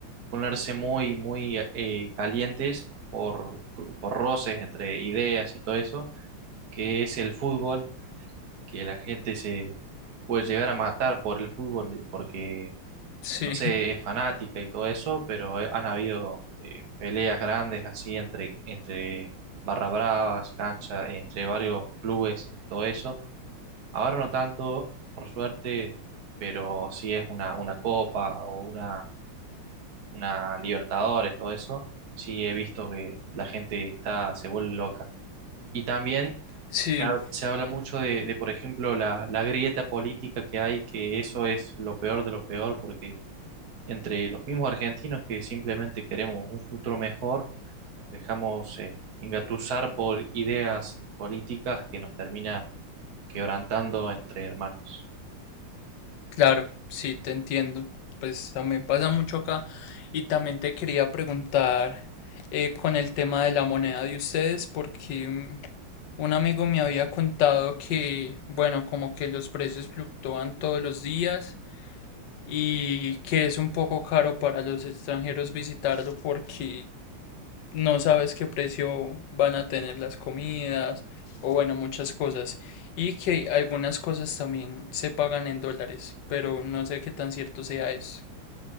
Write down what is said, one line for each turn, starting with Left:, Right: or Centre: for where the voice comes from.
Right: ponerse muy, muy eh, calientes por, por roces entre ideas y todo eso, que es el fútbol, que la gente se puede llegar a matar por el fútbol porque,
Left: Sí,
Right: no sé,
Left: <laughs>
Right: es fanática y todo eso, pero he- han habido eh, peleas grandes así entre, entre barra bravas, cancha, entre varios clubes, todo eso. Ahora no tanto, por suerte, pero sí es una, una copa o una una Libertadores, todo eso, sí he visto que la gente está, se vuelve loca. Y también
Left: sí,
Right: se ha- se habla mucho de, de, por ejemplo, la, la grieta política que hay, que eso es lo peor de lo peor, porque entre los mismos argentinos que simplemente queremos un futuro mejor, nos dejamos eh, engatusar por ideas políticas que nos terminan quebrantando entre hermanos.
Left: claro, sí, te entiendo. Pues también pasa mucho acá y también te quería preguntar eh, con el tema de la moneda de ustedes porque mm, un amigo me había contado que, bueno, como que los precios fluctúan todos los días. y que es un poco caro para los extranjeros visitarlo porque no sabes qué precio van a tener las comidas o bueno, muchas cosas. Y que algunas cosas también se pagan en dólares, pero no sé qué tan cierto sea eso.